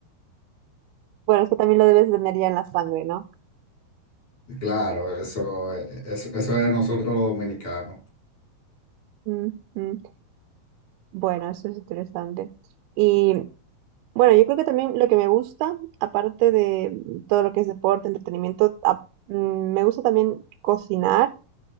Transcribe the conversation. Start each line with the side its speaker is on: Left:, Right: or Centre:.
Right: Bueno, es que también lo debes tener ya en la sangre, ¿no?
Left: Claro, eso, eh, eso, eso es de nosotros los dominicanos.
Right: Ujú. Bueno, eso es interesante. Y bueno, yo creo que también lo que me gusta, aparte de todo lo que es deporte, entretenimiento, a- mm, me gusta también cocinar,